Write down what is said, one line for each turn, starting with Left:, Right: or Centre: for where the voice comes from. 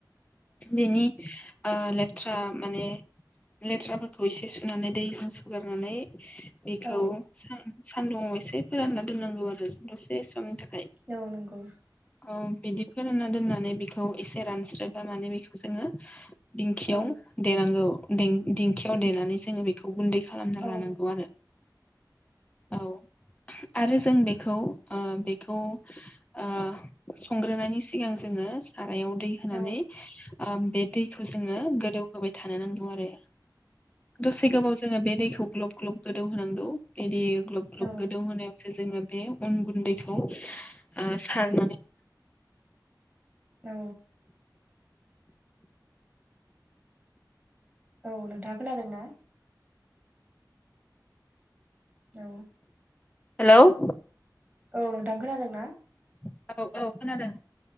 Left: बेनि ओ लेथ्रा माने लेथ्राफोरखौ एसे सुनानै दैजों सुगारनानै बेखौ
Right: औ
Left: सानदुङाव एसे फोरानना दोननांगौ आरो दसे समनि थाखाय
Right: औ नंगौ
Left: औ बिदि फोरानना दोननानै बेखौ एसे रानस्रोबा माने बेखौ जोङो दिंखियाव
Right: औ
Left: देनांगौ दिंखियाव देनानै जोङो बेखौ गुनदै खालामना
Right: औ
Left: लानांगौ आरो औ आरो जों बेखौ ओ बेखौ ओ संग्रोनायनि सिगां जोङो सारायाव दै होनानै
Right: औ
Left: बे दैखौ जोङो गोदौहोबाय थानो नांगौ आरो दसे गोबाव जोङो बे दैखौ ग्लब ग्लब गोदौ होनांगौ बिदि ग्लब ग्लब
Right: औ
Left: गोदौ होनायाव जोङो बे अन गुन्दैखौ सारनानै
Right: औ औ नोंथाङा खोनादों ना औ
Left: हेल'
Right: औ नोंथां खोनादों ना
Left: औ औ खोनादों